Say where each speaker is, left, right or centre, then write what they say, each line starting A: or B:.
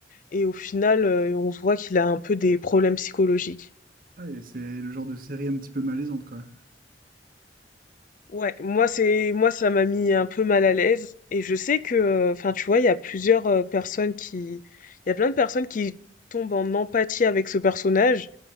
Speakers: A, on the left; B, on the right.
A: et au final, euh, on se voit qu'il a un peu des problèmes psychologiques.
B: Ah, et c'est le genre de série un petit peu malaisante quoi.
A: Ouais, moi, c'est, moi, ça m'a mis un peu mal à l'aise. Et je sais que, enfin, tu vois, il y a plusieurs euh, personnes qui, il y a plein de personnes qui tombent en empathie avec ce personnage.